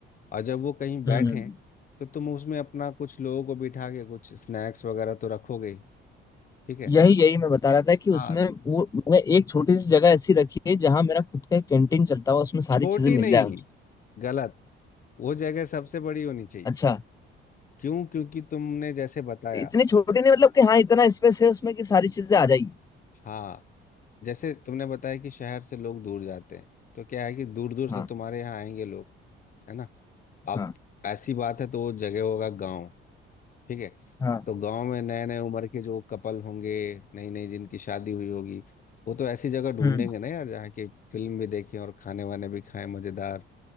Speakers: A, on the left (about 40°); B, on the left (about 15°).
A: और जब वो कहीं बैठें
B: हम्म
A: तो तुम उसमें अपना कुछ लोगों को बिठा के कुछ स्नैक्स वगैरह तो रखोगे ही, ठीक है
B: यही यही मैं बता रहा था कि उसमें
A: हाँ
B: वो मैं एक छोटी सी जगह ऐसी रखी है जहां मेरा खुद का कैंटीन चलता हुआ उसमें सारी
A: छोटी
B: चीजें मिल
A: नहीं
B: जाए मुझे
A: गलत वो जगह सबसे बड़ी होनी चाहिए
B: अच्छा
A: क्यों क्योंकि तुमने जैसे बताया
B: इतनी छोटी नहीं मतलब कि हाँ इतना स्पेस है उसमें कि सारी चीजें आ जाएगी
A: हाँ जैसे तुमने बताया कि शहर से लोग दूर जाते हैं तो क्या है कि दूर दूर से
B: हाँ
A: तुम्हारे यहाँ आएंगे लोग है ना अब
B: हाँ
A: ऐसी बात है तो वो जगह होगा गांव ठीक है
B: हाँ
A: तो गांव में नए नए उम्र के जो कपल होंगे नई नई जिनकी शादी हुई होगी वो तो ऐसी जगह ढूंढेंगे
B: हम्म
A: ना यार जहाँ की फिल्म भी देखें और खाने वाने भी खाएं मजेदार